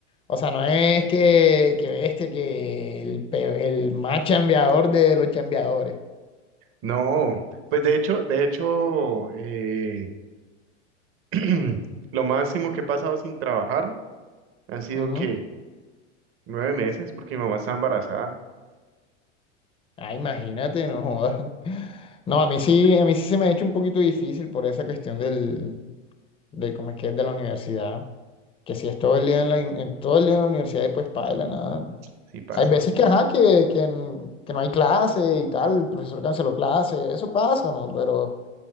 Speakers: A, on the left; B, on the right.
A: O sea, no es que, que bestia, que el, pe- el más chambeador de los chambeadores.
B: No, pues de hecho, de hecho, eh, <clears throat> lo máximo que he pasado sin trabajar han sido
A: Ujú.
B: que nueve meses, porque mi mamá está embarazada,
A: Ah, imagínate, no jodas. <laughs> No, a mí sí, a mí sí se me ha hecho un poquito difícil por esa cuestión del, del cómo es que es de la universidad. Que si es todo el día en la, en todo el día en la universidad y pues paila, nada.
B: sí pasa.
A: Hay veces que, ajá, que, que, n- que no hay clase y tal, el profesor canceló clase, eso pasa, ¿no? Pero